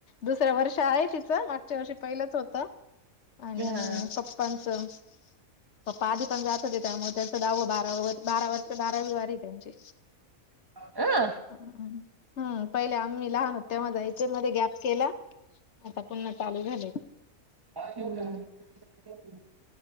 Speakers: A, on the left; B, on the right.
A: दुसरं वर्ष आहे तिचं मागच्या वर्षी पहिलंच होतं आणि
B: हा
A: पप्पांचं पप्पा आधी पण जात हो त्यामुळे त्यांचा दाव बारा बारा वर्ष बारावी वारी आहे त्यांची
B: अं
A: हम्म पहिले आम्ही लहान होते तेव्हा जायचे मध्ये गॅप केला आता पुन्हा चालू झाले
B: काय जेवला